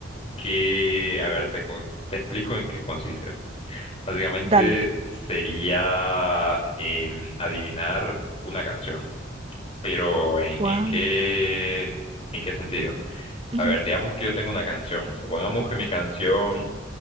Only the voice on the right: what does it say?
Dale.
Wow.
ujú.